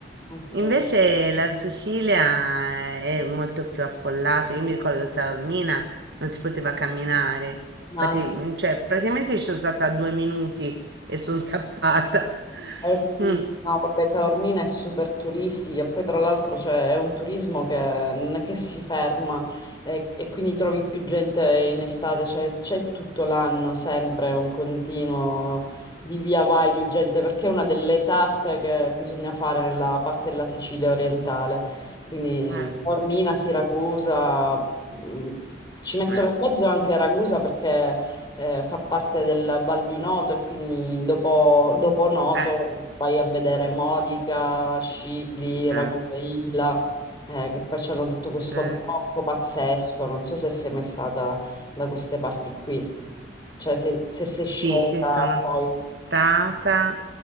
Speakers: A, on the left (about 25°); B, on the right (about 60°).
A: Ok.
B: Invece la Sicilia eh, è molto più affollata. Io mi ricordo Taormina non si poteva camminare.
A: No,
B: Infatti, mm, cioè, praticamente ci sono stata due minuti e sono <laughs> scappata.
A: Eh sì,
B: Mm.
A: sì, no, vabbè, Taormina è super turistica, e poi tra l'altro c'è è un turismo che non è che si ferma e, e quindi trovi più gente in estate, cioè c'è tutto l'anno sempre un continuo di via vai di gente, perché è una delle tappe che bisogna fare nella parte della Sicilia orientale, quindi
B: Eh,
A: Taormina, Siracusa, mm, ci mettono
B: eh,
A: in mezzo anche Ragusa perché eh, fa parte del Val di Noto e quindi dopo, dopo Noto
B: eh,
A: vai a vedere Modica, Scicli, Ragusa
B: eh,
A: Ibla, eh, che poi c'hanno tutto questo
B: certo.
A: barocco pazzesco. Non so se sei mai stata da queste parti qui, cioè se, se sei
B: Sì,
A: scelta
B: ci sono
A: poi...
B: stata